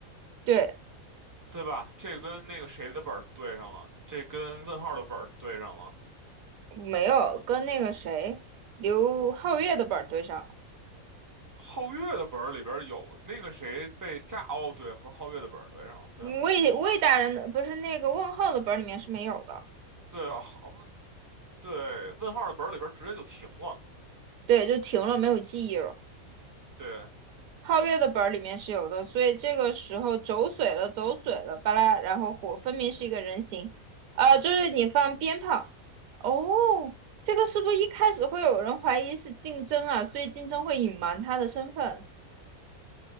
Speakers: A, on the right (about 80°); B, on the right (about 30°).
A: 对，
B: 对吧？这跟那个谁的本儿是对上了，这跟问号的本儿是对上了。
A: 没有跟那个谁刘皓月的本儿对上了。
B: 皓月的本儿里边儿有那个谁被炸，哦，对，和皓月的本儿对上了，对，
A: 魏魏大人的不是那个问号的本儿里面是没有的，
B: 对啊，好不对，问号的本儿里边儿直接就停了。
A: 对，就停了，没有记忆了。
B: 对，
A: 皓月的本儿里面是有的，所以这个时候走水了，走水了，巴拉，然后火分明是一个人形，呃，就是你放鞭炮，哦，这个是不是一开始会有人怀疑是竞争啊？所以竞争会隐瞒他的身份，